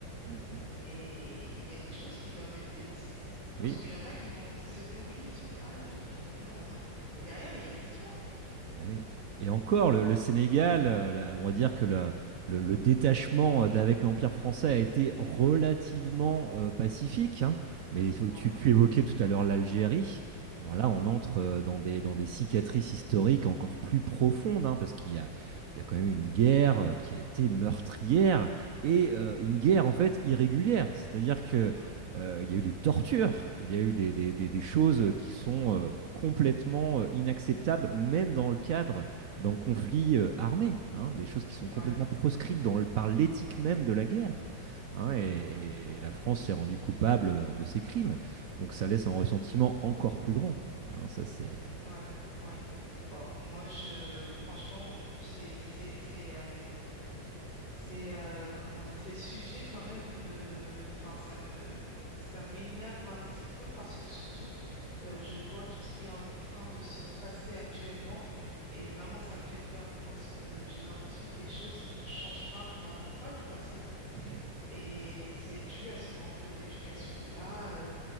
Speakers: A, on the right; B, on the left.
A: Mhm.
B: mais il y a des choses qui doivent être dites. Parce
A: Oui,
B: qu'il y en a qui vont se dire, oui, ils sont là, ils viennent piller, non, non, non. Mais derrière, il y a une histoire.
A: et oui. Et encore, le, le Sénégal, euh, là, on va dire que la- le, le détachement euh, d'avec l'Empire français a été relativement euh, pacifique, hein. Mais il faut-
B: Oui,
A: tu, tu évoquais tout à l'heure l'Algérie. Alors là,
B: oui,
A: on entre euh, dans des, dans des cicatrices historiques encore plus profondes, hein, parce qu'il y a, il y a quand même une guerre euh, qui a été meurtrière et euh,
B: oui,
A: une guerre en fait irrégulière. C'est-à-dire que
B: oui,
A: Euh, il y a eu des tortures, il y a eu des, des- des- des choses qui sont euh, complètement euh, inacceptables, même dans le cadre d'un conflit euh, armé, hein, des choses qui sont
B: oui,
A: complètement proscrites dans le- par l'éthique même de la guerre. hein,
B: oui,
A: et,
B: oui,
A: et la France s'est rendue coupable euh, de ces crimes. Donc ça laisse un ressentiment encore plus grand. hein, ça, c'est.
B: oui, oui. Bon, moi, je, franchement, c'est, c'est, c'est, euh, c'est euh, comment dire, ces sujets quand même, euh, enfin ça me, ça m'énerve un petit peu parce que surtout, euh, je vois tout ce qui est en train de se passer actuellement et vraiment ça me fait peur parce que j'ai l'impression que les choses ne changent pas, qu'on n'apprend pas du passé
A: Oui.
B: et c'est dû à ce manque d'éducation. Là, euh,